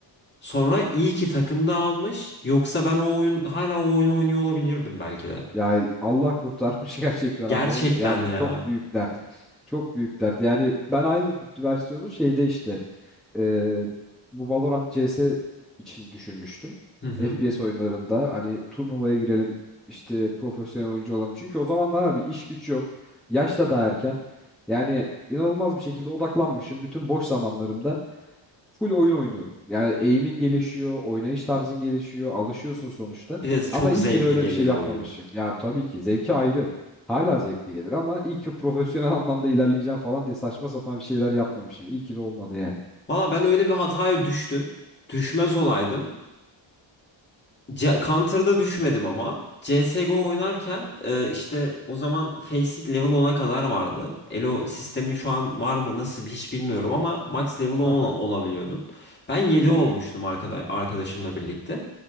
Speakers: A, on the left; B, in the centre.
A: Sonra iyi ki takım dağılmış. Yoksa ben o oyun hala o oyunu oynuyor olabilirdim belki de.
B: Ya Allah kurtarmış <laughs> gerçekten
A: Gerçekten
B: abi. O yani
A: ya.
B: çok büyük dert. Çok büyük dert. Yani ben aynı versiyonu şeyde işte e, bu Valorant CS için düşünmüştüm.
A: Hı hı.
B: FPS oyunlarında hani turnuvaya girelim işte profesyonel oyuncu olalım. Çünkü o zamanlar abi iş güç yok. Yaş da daha erken. Yani inanılmaz bir şekilde odaklanmışım. Bütün boş zamanlarımda full oyun oynuyorum. Yani eğimin gelişiyor, oynayış tarzın gelişiyor, alışıyorsun sonuçta.
A: Bir de çok
B: Ama iyi
A: zevkli
B: ki de öyle
A: geliyor
B: bir şey Tabii. yapmamışım.
A: oyun.
B: Ya tabii ki zevki ayrı. Hala zevkli gelir ama iyi ki profesyonel <laughs> anlamda ilerleyeceğim falan diye saçma sapan bir şeyler yapmamışım. İyi ki de olmadı yani.
A: Valla ben öyle bir hataya düştüm. Düşmez olaydım. C Counter'da düşmedim ama. CSGO oynarken e, işte o zaman Faceit level 10'a kadar vardı. Elo sistemi şu an var mı nasıl bir hiç bilmiyorum ama max level 10 ola-
B: <laughs>
A: olabiliyordun. Ben 7 olmuştum arkada arkadaşımla birlikte.